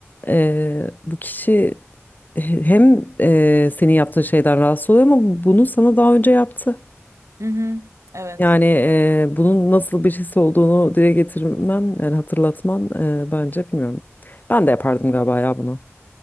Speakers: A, on the left; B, on the right.
A: eee, bu kişi <laughs> hem eee, senin yaptığın şeyden rahatsız oluyor ama bunu sana daha önce yaptı.
B: Hı hı. Evet.
A: Yani eee, bunun nasıl bir his olduğunu dile getirmen, yani hatırlatman eee, bence bilmiyorum. Ben de yapardım galiba ya bunu.